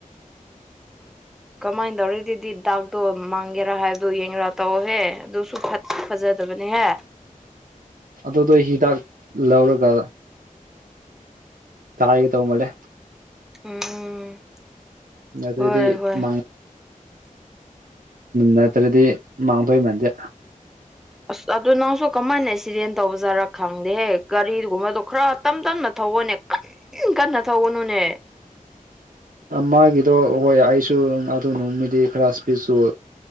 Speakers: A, in the centre; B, on the right.
A: ꯀꯃꯥꯏ ꯇꯧꯔꯤ ꯑꯗꯨꯗꯤ ꯗꯥꯛ ꯇꯣ ꯃꯥꯡꯒꯦꯔꯥ ꯍꯥꯏꯕꯗꯣ ꯌꯦꯡꯉꯒ ꯇꯧꯑꯣꯍꯦ ꯑꯗꯨꯁꯨ ꯐꯠ ꯐꯖꯗꯕꯅꯦꯍꯦ
B: ꯑꯗꯨꯗꯣ ꯍꯤꯗꯥꯛ ꯂꯧꯔꯒ ꯇꯥꯥꯏꯒꯦ ꯇꯧꯃꯜꯂꯦ
A: ꯎꯝ
B: ꯑꯗꯨꯗꯤ
A: ꯍꯣꯏ ꯍꯣꯏ
B: ꯃꯪ ꯅꯠꯇ꯭ꯔꯗꯤ ꯃꯥꯡꯗꯣꯏ ꯃꯥꯟꯗꯦ
A: ꯑꯁ ꯑꯗꯨ ꯅꯪꯁꯨ ꯀꯃꯥꯏꯅ ꯑꯦꯛꯁꯤꯗꯦꯟ ꯇꯧꯕꯖꯥꯠꯔꯥ ꯈꯪꯗꯦꯍꯦ ꯒꯥꯔꯤꯗꯨꯨꯝꯕꯗꯣ ꯈꯔ ꯇꯝ ꯇꯝꯅ ꯊꯧꯑꯣꯅꯦ ꯀꯟ ꯀꯟꯅ ꯊꯧꯒꯅꯨꯅꯦ
B: ꯃꯥꯒꯤꯗꯣ ꯍꯣꯏ ꯑꯩꯁꯨ ꯑꯗꯨ ꯅꯨꯃꯤꯠꯗꯤ ꯈꯔ ꯁ꯭ꯄꯤꯗꯁꯨ